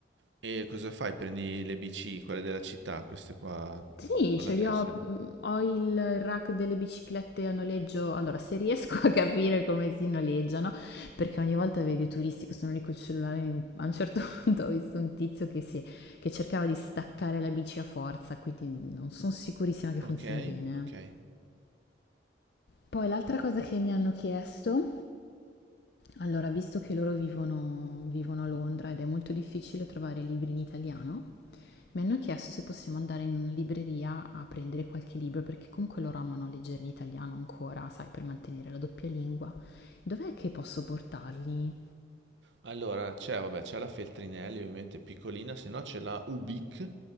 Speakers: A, on the right; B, on the left.
A: E cosa fai? Prendi le bici, quelle della città, queste qua,
B: Sì,
A: con
B: ce
A: la tessera.
B: li ho. mm, Ho il rack delle biciclette a noleggio. Allora, se riesco a capire come si noleggiano, perché ogni volta vedi i turisti che sono lì col cellulare. in- A un certo <laughs> punto ho visto un tizio che, si è- che cercava di staccare la bici a forza, quindi non sono sicurissima che
A: Ok,
B: funzioni bene.
A: ok.
B: eh. Poi l'altra cosa che mi hanno chiesto, allora, visto che loro vivono, vivono a Londra ed è molto difficile trovare libri in italiano, mi hanno chiesto se possiamo andare in una libreria a prendere qualche libro perché comunque loro amano leggere in italiano ancora, sai, per mantenere la doppia lingua. Dov'è che posso portarli?
A: Allora, c'è, vabbè, c'è la Feltrinelli, ovviamente piccolina, se no c'è la Ubic